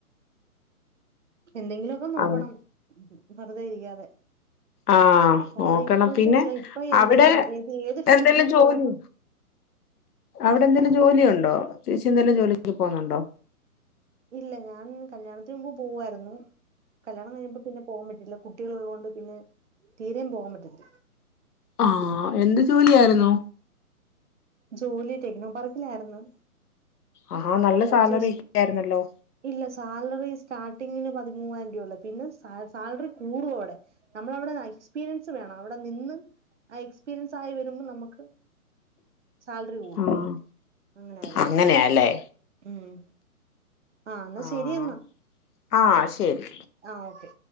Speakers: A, on the right; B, on the left.
A: എന്തെങ്കിലുമൊക്കെ നോക്കണം.
B: അങ്ങ്
A: വെറുതെയിരിക്കാതെ.
B: ആഹ്
A: കാരണം
B: നോക്കണം
A: ഇപ്പളത്തെ,
B: പിന്നെ
A: ഇപ്പ ഏ..
B: അവിടെ
A: ഏത് ഏതുഫീൽഡിലുംകേറുമ്പം
B: എന്തെലും ജോലി അവിടെ എന്തെലും ജോലിയുണ്ടോ ചേച്ചി എന്തെലും ജോലിക്ക് പോകുന്നുണ്ടോ
A: ഇല്ല ഞാൻ കല്യാണത്തിന് മുമ്പ് പോവായിരുന്നു കല്യാണം കഴിഞ്ഞപ്പോ പിന്നെ പോകാൻ പറ്റില്ല കുട്ടികളുള്ളത് കൊണ്ട് പിന്നെ തീരെയും പോകാൻ പറ്റത്തില്ല
B: ആഹ് എന്ത് ജോലിയായിരുന്നു
A: ജോലി ടെക്നോ പാർക്കിലായിരുന്നു
B: ആഹാ
A: അവിടെ
B: നല്ല
A: കുറച്ച്
B: സാലറി
A: ദിവസം
B: ഒക്കെ ആയിരുന്നല്ലോ
A: ഇല്ല സാലറി സ്റ്റാർട്ടിങ്ങില് പതിമൂവായിരം രൂപ ഉള്ളൂ പിന്നെ സാലറി കൂടും അവിടെ നമ്മളവിടെ എക്സ്പീരിയൻസ് വേണം അവിടെ നിന്ന് ആ എക്സ്പീരിയൻസ് ആയി വരുമ്പോ നമുക്ക് സാലറി കൂടും
B: ആഹ്
A: അങ്ങനായിരുന്നു
B: അങ്ങനെയാല്ലേ
A: ഉം ആ എന്നാ
B: ആഹ്
A: ശരി എന്നാ
B: ആഹ് ശരി
A: ആ ഓക്കെ